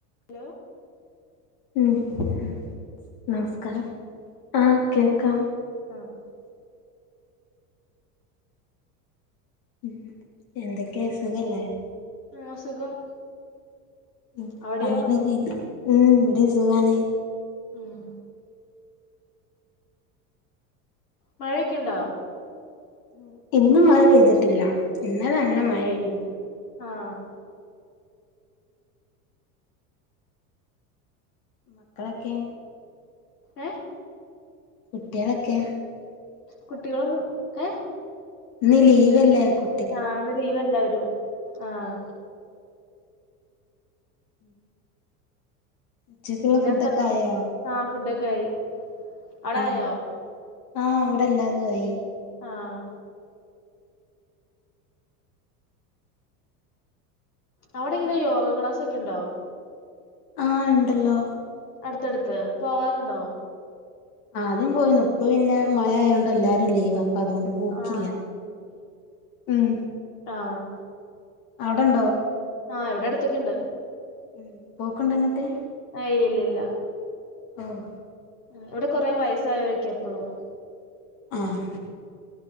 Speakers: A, on the left; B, on the left.
A: Hello
B: ഉം ഉം നമസ്കാരം ആഹ് കേൾക്കാം
A: ആഹ്
B: ഉം എന്തൊക്കെയാ സുഖല്ലേ
A: ആ സുഖം
B: ഉം
A: അവിടെയോ
B: പണി <unintelligible> ഉം ഇവിടേ സുഖാണ്
A: ആഹ് മഴയൊക്കെയിണ്ടോ
B: ഉം ഇന്ന് മഴ പെയ്തിട്ടില്ല ഇന്നലെ നല്ല മഴയേനു
A: ആഹ്
B: മക്കളൊക്കെ
A: ഏഹ്
B: കുട്ട്യാളെക്കെ
A: കുട്ടികളൊന്നും ഏഹ്
B: ഇന്ന് ലീവല്ലേ കു
A: ആ ഇന്ന് ലീവ് എല്ലാവരും ആഹ്
B: ഉം ഉച്ചക്കുള്ള
A: പിന്നെന്താ
B: ഫുഡൊക്കെ ആയോ
A: ആ ഫുഡൊക്കെ ആയി അവിടെ
B: ഉം
A: ആയോ
B: ആ ഇവിടെ എല്ലാതും ആയി
A: ആഹ് അവിടെ
B: ഇന്ന്
A: ഇങ്ങനെ
B: ലീവാ
A: യോഗ ക്ലാസൊക്കെ ഉണ്ടോ
B: ആഹ് ഇണ്ടല്ലോ
A: അടുത്തടുത്ത് പോവാറുണ്ടോ?
B: ആദ്യം പോയീനു ഇപ്പോ പിന്നെ മയയായോണ്ട് എല്ലാരും ലീവാ അപ്പം അതുകൊണ്ട് പോക്കില്ല
A: ആ
B: ഉം
A: ആഹ്
B: അവിടെണ്ടോ?
A: ആഹ് ഇവിടെ അടുത്തൊക്കെ ഇണ്ട്
B: ഉം പോക്ക്ണ്ട് ഇന്നിട്ട്
A: ഹേ ഇല്ല ഇല്ല
B: ഓഹ്
A: ഇവിടെ കുറെേ വയസായവരൊക്കെയെ ഇപ്പോളും
B: ആഹ്